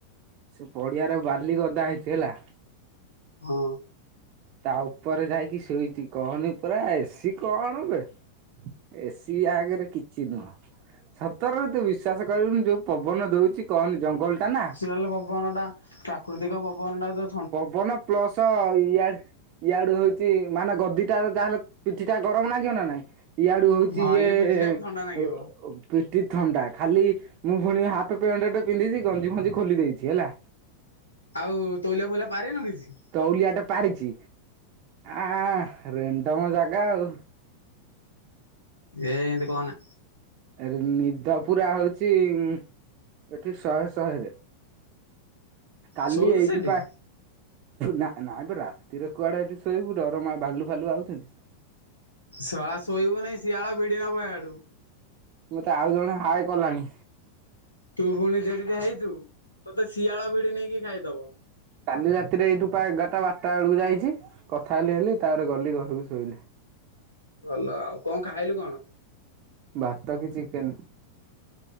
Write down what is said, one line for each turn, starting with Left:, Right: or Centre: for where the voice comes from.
Right: ସେ ପଡ଼ିଆରେ ବାଲି ଗଦା ହେଇଛି ହେଲା।
Left: ମୁଁ
Right: ତା ଉପରେ ଯାଇକି ଶୋଇଛି। କହନି ପରା ଏସି କଣ ବେ। ଏସି ଇଆ ଆଗରେ କିଛି ନୁହଁ। ସ ତରରେ ତୁ ବିଶ୍ୱସ କରିବୁନି ଯଉ ପବନ ଦଉଚି କହନି ଜଙ୍ଗଲଟା ନା।
Left: <unintelligible> ପବନଟା। ପ୍ରାକୃତିକ ପବନଟା ତ
Right: ପବନ ପ୍ଲସ୍ ଇଆଡ଼େ ଇଆଡୁ ହଉଛି ମାନେ ଗଦିଟା ଯାହେଲେ ପିଠି ଟା ଗରମ୍ ଲାଗିବ ନା ନାଇଁ? ଇଆଡୁ ହଉଛି
Left: ହଁ
Right: ଇଏ
Left: ପିଠି ଟା ବି ଥଣ୍ଡା ନାଗିବ
Right: ଓ ଓ ପିଠି ଥଣ୍ଡା। ଖାଲି ମୁଁ ପୁଣି ହାଫ୍ ପେଣ୍ଟଟେ ପିନ୍ଧିଛି ଗଞ୍ଜି ଫଞ୍ଜି ଖୋଲି ଦେଇଛି ହେଲା।
Left: ଆଉ ତୋଉଲିଆ ଫୋଉଲିଆ ପାରିନ କିଛି?
Right: ତଉଲିଆଟେ ପାରିଚି। ଆ ରେଣ୍ଡମ ଜାଗା ଆଉ।
Left: ୟେ ଏନ୍ତେ କହନା।
Right: ଏରେ ନିଦ ପୁରା ହଉଚି ଉଁ ଏଠି ଶହେ ଶହେରେ। କାଲି
Left: ଶୋଉଛୁ
Right: ଏଇଠି
Left: ସେଠି
Right: ପା ନା, ନାଇଁବେ ରାତିରେ କୁଆଡେ ଏଠି ଶୋଇବୁ ଡ଼ର ମା ଭାଲୁ ଫାଲୁ ଆଉଛନ୍ତି।
Left: ଶଳା ଶୋଇବୁନେଇ ଶିଆଳ ଭଡି ନ ହିଆଡୁ।
Right: ମତେ ଆଉ ଜଣେ ହାଏ କଲାଣି।
Left: ତୁ ଫୁଣି ଯେଡ଼ିଟେ ହେଇଛୁ ତତେ ଶିଆଳ ଭିଡି ନେଇକି ଖାଇଦବ।
Right: କାଲି ରାତିରେ ଏଇଠୁପା ଏଗାରଟା ବାରଟା ବେଳକୁ ଯାଇଛି। କଥା ହେଲି ହେଲି ତାପରେ ଗଲି ଘରକୁ ଶୋଇଲି।
Left: ଭଲ ଆଉ। କଣ ଖାଇଲୁ କଣ?
Right: ଭାତ କି ଚିକେନ।